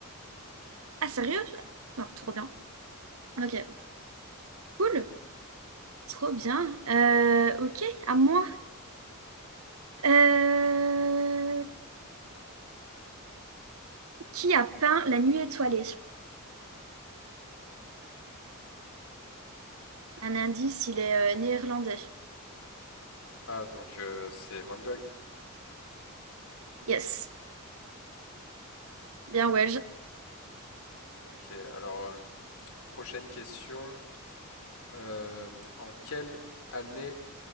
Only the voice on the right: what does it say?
Ah, sérieux? Non, trop bien. Ok, cool. Trop bien. Euh, ok, à moi. Euh, qui a peint La Nuit étoilée? Un indice, il est euh, néerlandais.
Yes, bien Welsh.